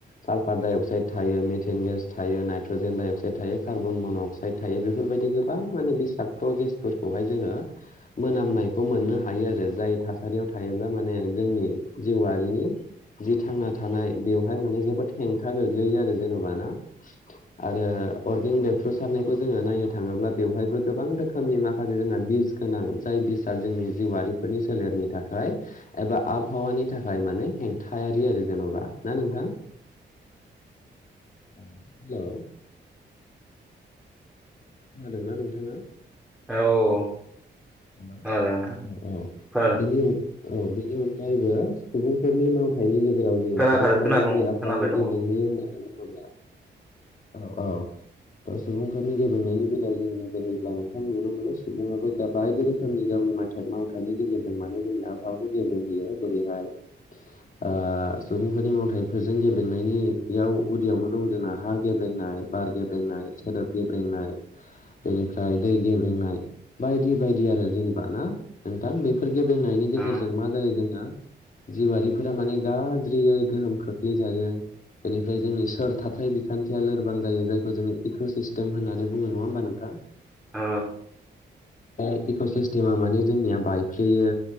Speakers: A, on the left; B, in the centre.
A: साल्फार डाइ अक्साइड थायो मेथन गेस थायो नाइट्रजेन डाइ अक्साइड थायो कार्बन मन अक्साइड थायो बेफोर फोर बायदि गोबां मानि बिस बेसादखौ गेसफोरखौहाय जोङो मोननाय मोननो हायो आरो जाय थासारियाव थायोब्ला माने जोंनि जिउआारिनि जि थांना थानाय बेवहाय माने जोबोद हेंथा गोग्लैयो आरो जेनेबाना आरो अर्गेेनक बेबफ्रु सारनायखौ जोङो नायनो थाङोब्ला बेवहायबो गोबां रोखोमनि माखासे जोंना बिज गोनां जाय बिसाआ जोंनि जिउआरारिफोरनि सोलेरनि थाखाय एबा आबहावानि थाखाय माने हेंथायारि आरो जेनबा ना नोंथां हेल' खोनादोंना नोंथाङा?
B: औ
A: हेल
B: खोनादों नोंथां
A: औ औ
B: खोनादों
A: बे औ बेनि अनगायैबो सुबुंफोरनि मावांथायाइनि गेजेराव गेजेराव जोङो
B: खोनाखादों
A: सुबुंफोरा
B: खोनादों
A: माबोरै आबहावाखौ
B: खोनाबाय दङ
A: गेब्रेंहोयो
B: उम
A: होननानै बुङोब्ला औ औ। सुबुंफोरनि गेलेनायनि बेलायाव जों बोबब्ला नोंथां नुनो मोनो सुबुङाबो गाब बायदि रोखोमनि गावनि माइथाइ मावथाइनि गेजेरजों मानोे जोंनि आबहावाखौ गेब्रेहयो जेरैहाय ओ सुबुंफोरनि मावथाइफोरजों गेब्रेंनायनियाव गुदियावनो दं जोंना हा गेब्रेंनाय बार गेब्रेंनाय सोदोब गेब्रेंनाय बेनिफ्राय दै गेब्रेंनाय बायदि बायदि आरो जेनेबा ना नोंथां बेफोर गेब्रेंनायनि गेजेरजों
B: औ
A: मा जायो जोङो जिवआरिफोरा माने गाज्रियै गोहोम खोख्लैजायो बेनिफ्राय जोंनि सोर थाथाय बिखान्थिया लोरबां जायो जायखौ जोङो इक' सिस्टेम होननानै बुङो नङा होमबा नोंथां
B: औ
A: दा इक' सिस्टेमा माने जोंनिया बायफ्लेयो